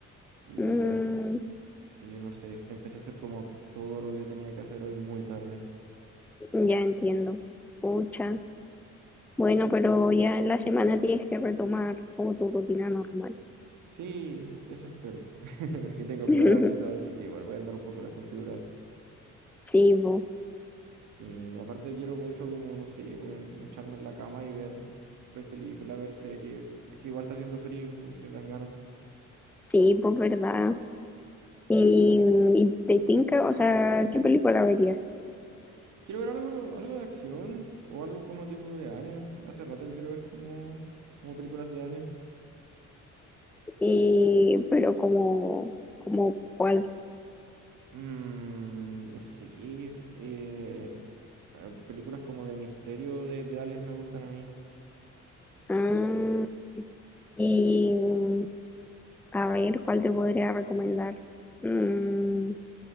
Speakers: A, on the right (about 80°); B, in the centre.
A: y,
B: Mm,
A: y no sé, empecé a hacer como todo lo que tenía que hacer hoy muy tarde.
B: ya entiendo. Pucha. Bueno, pero ya en la semana tienes que retomar como tu rutina normal.
A: Sí, eso espero, <laughs> porque tengo
B: <laughs>
A: pruebas y todo, así que igual voy a andar un poco desconfigurado.
B: Sí, pues,
A: Sí, aparte quiero mucho como, no sé, weón, como echarme en la cama y ver, ver películas, ver series, porque igual está haciendo frío, entonces dan ganas.
B: Sí, pues verdad. Y, y te tinca, o sea, ¿qué película verías?
A: Quiero ver algo, algo de acción o algo como tipo de Alien. o sea, hace rato que quiero ver como, como películas de Alien.
B: Y, pero como, como cuál.
A: Mm, no sé, eh, ah, películas como de misterio de, de aliens me gustan a mí.
B: Ah, y a ver, ¿cuál te podría recomendar? Mm,